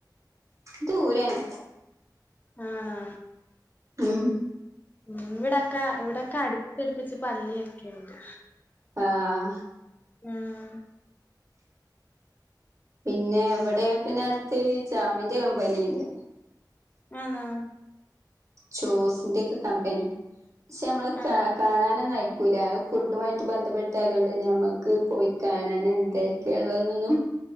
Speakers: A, on the right (about 40°); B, on the left (about 25°).
A: ദൂരെണ്.
B: ആണോ
A: ഉം
B: ഉം ഇവിടൊക്കെ ഇവിടൊക്കെ അടുപ്പിച്ചടിപ്പിച്ച് പള്ളിയൊക്കെണ്ട്.
A: ആഹ്.
B: ഉം
A: പിന്നെ ഇവിടെ പിന്നെ അടുത്ത് ജാമിന്റെ കമ്പനിണ്ട്.
B: ആന്നോ
A: ചോസിന്റെയൊക്കെ കമ്പനി പക്ഷെ നമ്മള്
B: ആഹ്
A: കാണാനൊന്നയി കുലാ അഹ് ഫുഡുമായിട്ട് ബന്ധപ്പെട്ട ആയതോണ്ട് നമ്മുക്ക് പോയി കാണാൻ എന്തൊക്കെയള്ളെന്നൊന്നും.